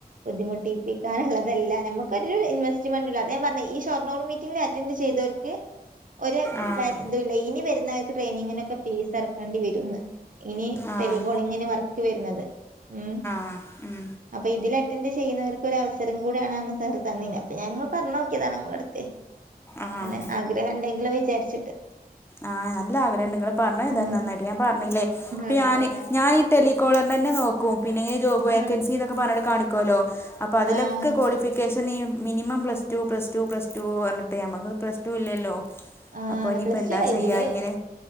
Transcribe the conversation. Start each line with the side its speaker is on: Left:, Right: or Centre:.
Right: ബുദ്ധിമുട്ടിപ്പിക്കാനുള്ളതല്ലാ ഞമ്മ ക്കരു ഇൻവെസ്റ്റ്മെന്റുല്ല അതാ ഞാൻ പറഞ്ഞ ഈ ഷൊർണ്ണൂർ മീറ്റിംഗിൽ അറ്റൻഡ് ചെയ്തവർക്ക് ഒരു
Left: ആഹ്
Right: ഇതൂല്ലെ ഇനി വരുന്നാൾക്ക് ട്രെയിനിങ്ങിനൊക്കെ ഫീസ് ഇറക്കേണ്ടി വരുന്ന് ഇനി
Left: ആഹ്
Right: ടെലികോളിങ്ങിന് വർക്ക് വരുന്നത് ഉം
Left: ആഹ് ഉം
Right: അപ്പൊ ഇതിൽ അറ്റൻഡ് ചെയ്യുന്നവർക്ക് ഒരു അവസരം കൂടിയാണ്ന്ന് സാറ് തന്നീന് അപ്പൊ ഞാങ്ങ് പറഞ്ഞു നോക്കിയതാണ് നിങ്ങളുടെ അടുത്തെ
Left: ആഹ്
Right: അങ്ങന ആഗ്രഹം ഇണ്ടെങ്കിലോ വിചാരിച്ചിട്ട്
Left: ആഹ് നല്ല ആഗ്രഹം ഇണ്ട് നിങ്ങള് പറഞ്ഞത് എതായാലും
Right: ഉം
Left: നന്നായിട്ട് ഞാൻ പറഞ്ഞില്ലേ ഇപ്പ
Right: അതെ
Left: ഞാന് ഞാ ടെലികോളറിൻ്റെ തന്നെ നോക്കും പിന്നെ ഈ ജോബ് വേക്കൻസി
Right: ആഹ്
Left: ന്നൊക്കെ പറഞ്ഞട്ട് കാണിക്ക ക്കോലോ അപ്പൊ അതിലൊക്കെ
Right: ആഹ്
Left: കോളിഫിക്കേഷൻ പ്പം നീയും മിനിമം പ്ലസ്ടു പ്ലസ്ടു പ്ലസ്ടു പറഞ്ഞിട്ട് മ്മക്ക് പ്ലസ്ടു ഇല്ലല്ലോ
Right: ആഹ്
Left: അപ്പൊ ഇനിയിപ്പോ
Right: പ്ലസ്
Left: എന്താ
Right: ടു അല്ലേ
Left: ചെയ്യാ
Right: ഇതില്
Left: ഇങ്ങനെ